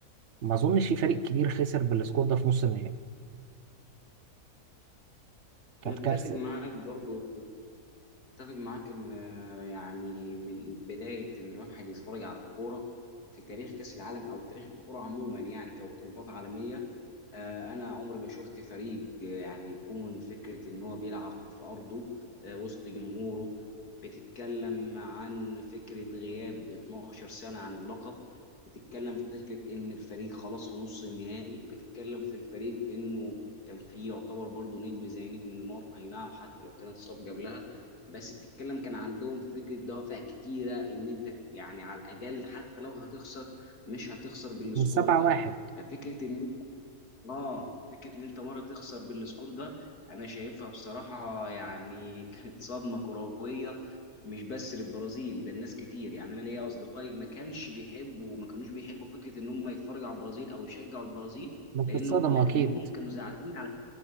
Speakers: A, on the right; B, on the left.
A: ما اظنش في فريق كبير خسر بالسكور ده في نص النهائي كانت
B: متفق
A: كارثة
B: معاك برضو متفق معاك ان آه، يعني من بدايه ان الواحد يتفرج على الكوره في تاريخ كاس العالم او تاريخ الكوره عموما يعني كبطولات عالميه آه، انا عمري ما شفت فريق آه، يعني يكون فكره ان هو بيلعب في ارضه آه، وسط جمهوره بتتكلم عن فكره غياب 12 سنه عن اللقب بتتكلم في فكره ان الفريق خلاص في نص النهائي بتتكلم في الفريق انه كان فيه يعتبر برضه نجم زي نجم نيمار اي نعم حتى لو كان اتصاب قبلها بس بتتكلم كان عندهم في فكره دوافع كتيره ان انت يعني على الاقل حتى لو هتخسر مش هتخسر بالسكور
A: من 7-1
B: ده ففكره ان اه فكره ان انت مره تخسر بالسكور ده انا شايفها بصراحه يعني كانت صدمه كرويه مش بس للبرازيل ده الناس كتير يعني انا ليا اصدقائي ما كانش بيحبوا ما كانوش بيحبوا فكره ان هم يتفرجوا على البرازيل او يشجعوا البرازيل
A: بس
B: لانه
A: اتصدموا
B: لكنهم
A: اكيد
B: كانوا زعلانين على